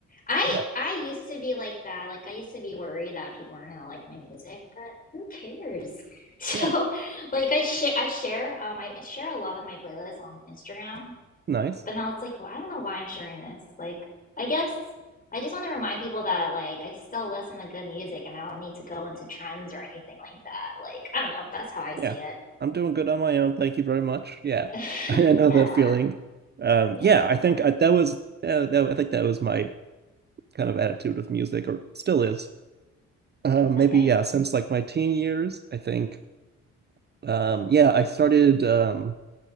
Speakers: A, on the left; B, on the right.
A: I
B: Yeah.
A: I used to be like that. Like I used to be worried that people aren't gonna like my music, but who cares? <laughs> So,
B: Yeah.
A: like I share I share um I share a lot of my playlists on Instagram
B: Nice.
A: But now it's like, well, I don't know why I'm sharing this. Like, I guess I just want to remind people that like I still listen to good music and I don't need to go into trends or anything like that. Like, I don't know. That's how I see
B: Yeah,
A: it.
B: I'm doing good on my own. Thank you very much. Yeah,
A: <laughs>
B: <laughs> I know
A: Yeah.
B: that feeling. Um,
A: Yeah.
B: yeah, I think I, that was uh, that, I think that was my kind of attitude with music, or still is. Uh, maybe
A: Okay.
B: yeah, since like my teen years, I think. Um, yeah, I started um,